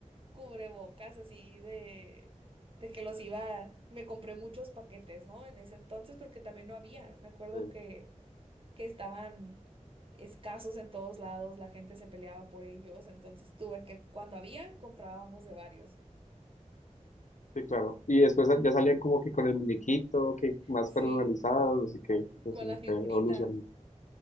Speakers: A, on the right (about 45°); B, on the left (about 70°).
A: cubrebocas así de, de que los iba, me compré muchos paquetes, ¿no? En ese entonces porque también no había. Me acuerdo
B: Sí,
A: que que estaban escasos en todos lados, la gente se peleaba por ellos, entonces tuve que, cuando había, comprábamos de varios.
B: sí, claro. Y después ya salían como que con el muñequito, que más
A: Sí,
B: personalizado, no sé qué, eso
A: con la figurita.
B: fue evolucionando.